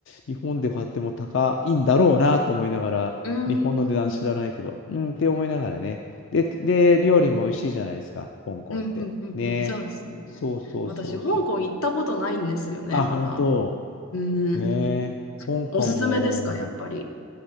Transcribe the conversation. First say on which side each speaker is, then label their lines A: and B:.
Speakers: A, on the left (about 60°); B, on the left (about 80°).
A: 日本で買っても高いんだろうなと思いながら、
B: うーん。
A: 日本の値段知らないけど、
B: うん、
A: うん、って思いながらね。で、で、料理も美味しいじゃないですか、香港って。
B: うん、うん、
A: ね。
B: うん。そうですね。
A: そうそうそうそう。
B: 私、香港行ったことないんですよね、
A: あ、
B: まだ。
A: 本当。
B: うーん。
A: ねえ。香港も、
B: おすすめですか、やっぱり。